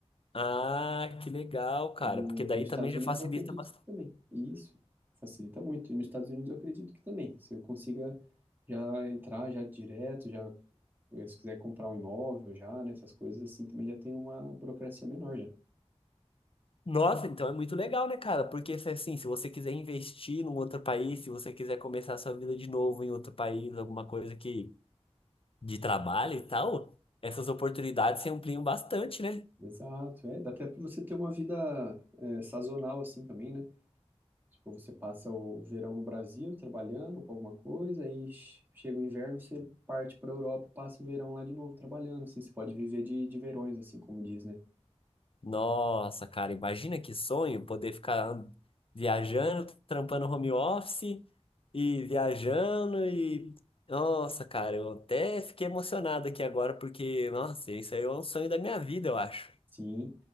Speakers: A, on the left; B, on the right.
A: Ah, que legal, cara.
B: No,
A: Porque daí
B: nos
A: também
B: Estados
A: já
B: Unidos
A: facilita
B: eu acredito
A: bastante.
B: que também. E isso facilita muito. E nos Estados Unidos eu acredito que também. Você consiga já entrar já direto, já eh, se quiser comprar um imóvel já, né, essas coisas assim, também já tem uma burocracia menor já.
A: Nossa, então é muito legal, né, cara? Porque se assim, se você quiser investir num outro país, se você quiser começar a sua vida de novo em outro país, alguma coisa que de trabalho e tal, essas oportunidades se ampliam bastante, né?
B: Exato, é, dá até para você ter uma vida é, sazonal assim também, né? Tipo, você passa o verão no Brasil trabalhando com alguma coisa, aí ch- chega o inverno, você parte para Europa e passa o verão lá de novo trabalhando, assim, você pode viver de, de verões, assim como diz, né?
A: Nossa, cara, imagina que sonho poder ficar an- viajando, trampando home office e viajando e. Nossa, cara, eu até fiquei emocionado aqui agora porque, nossa, isso aí é um sonho da minha vida, eu acho.
B: Sim,